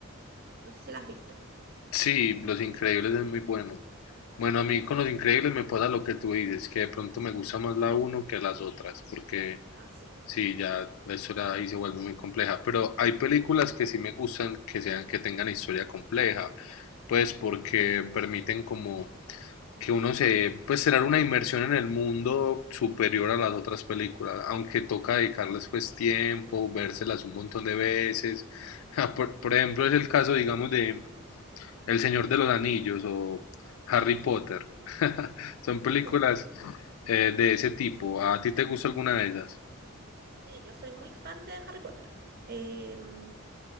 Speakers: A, on the right; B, on the left.
A: No sé si la has visto.
B: Sí, Los Increíbles es muy bueno. Bueno, a mí con Los Increíbles me pasa lo que tú dices, que de pronto me gusta más la uno que las otras, porque
A: Ah, sí.
B: sí, ya la historia ahí se vuelve muy compleja. Pero hay películas que sí me gustan que sean, que tengan historia compleja, pues porque permiten como que uno se, pues será una inmersión en el mundo superior a las otras películas, aunque toca dedicarles pues tiempo, vérselas un montón de veces. <laughs> Por, por ejemplo, es el caso, digamos, de el Señor de los Anillos o Harry
A: Sí,
B: Potter. <laughs> Son películas
A: sí,
B: eh, de ese tipo. ¿A ti te gusta alguna de esas?
A: sí, yo soy muy fan de Harry Potter. Em,